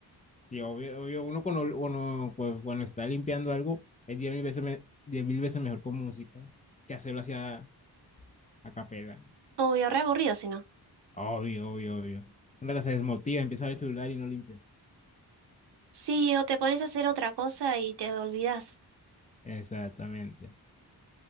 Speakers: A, on the left; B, on the right.
A: sí, obvio, obvio, uno cuando, uno, pues, cuando está limpiando algo es diez mil veces, me- diez mil veces mejor con música que hacerlo hacia a capela.
B: Obvio, re aburrido si no.
A: Obvio, obvio, obvio. Una que se desmotiva, empieza a ver el celular y no limpia.
B: Sí, o te pones a hacer otra cosa y te olvidas.
A: Exactamente.